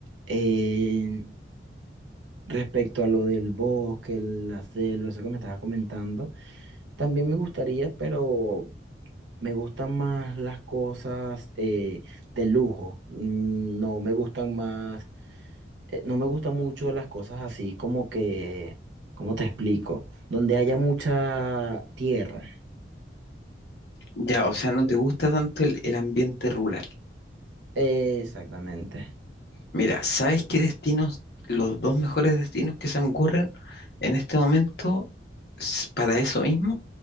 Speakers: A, on the right; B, on the left.
A: Eh, respecto a lo del bosque, la selva, eso que me estabas comentando, también me gustaría, pero... Me gustan más las cosas eh, de lujo, Mm, no me gustan más eh, no me gustan mucho las cosas así como que, ¿cómo te explico? Donde haya mucha tierra.
B: Ya, o sea, no te gusta tanto el, el ambiente rural.
A: Exactamente.
B: Mira, ¿sabes qué destinos, los dos mejores destinos que se me ocurren en este momento s- para eso mismo?